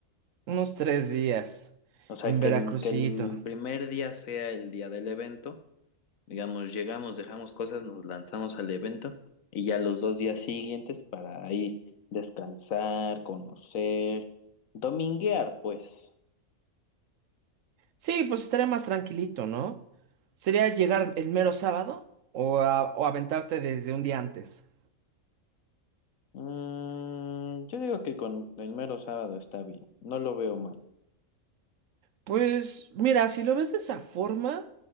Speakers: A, on the right; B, on the left.
A: Unos tres días
B: o sea,
A: en
B: que
A: Veracruzito.
B: el, que el primer día sea el día del evento Digamos, llegamos, dejamos cosas, nos lanzamos al evento y ya los dos días siguientes para ahí descansar, conocer, dominguear, pues.
A: Sí, pues estaría más tranquilito, ¿no? ¿Sería llegar el mero sábado o, a- o aventarte desde un día antes?
B: Mm, yo digo que con el mero sábado está bien, no lo veo mal.
A: Pues mira, si lo ves de esa forma,